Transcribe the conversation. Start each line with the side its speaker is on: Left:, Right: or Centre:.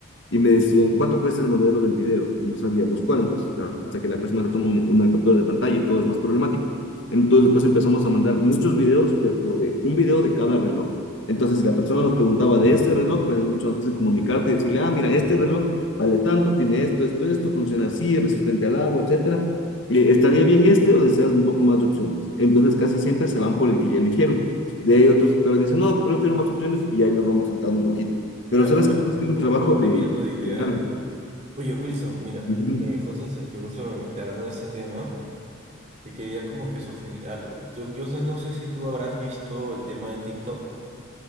Left: Y me decían, ¿cuánto cuesta el modelo del video? Y no sabíamos cuál. Entonces, hasta que la persona toma un- una captura de pantalla y todo es más problemático. Entonces, después empezamos a mandar muchos videos, pero de un video de cada reloj. Entonces, si la persona nos preguntaba de este reloj, pues es mucho más fácil comunicarte y decirle, ah, mira, este reloj vale tanto, tiene esto, esto, esto, funciona así, es resistente al agua, etcétera. Eh, ¿Estaría bien este o deseas un poco más de opciones? Entonces, casi siempre se van por el que ya eligieron. De ahí otros que dicen, no, prefiero más opciones y ya los vamos sentando un poquito.
Right: Claro,
Left: Pero sabes
Right: claro,
Left: que ha sido
Right: como
Left: un trabajo
Right: que van cambiando
Left: de,
Right: de ideas,
Left: de largo.
Right: ¿no? Oye, Wilson, mira,
Left: Ujú.
Right: eh, justo, se- que justo hablando de ese tema. Te quería como que sugerir algo. Tú- yo no no sé si tú habrás visto el tema de TikTok.